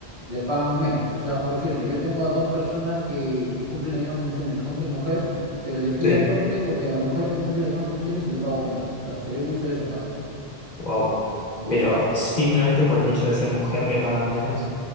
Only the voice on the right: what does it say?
le pagan menos. O sea, por decirte, yo tengo a dos personas que, que cumplen las mismas funciones, hombre y mujer, pero despido
al hombre porque a la mujer me cumple las mismas funciones y le pago menos. O sea, se ve mucho de eso acá.
Sí,
sí.
sí.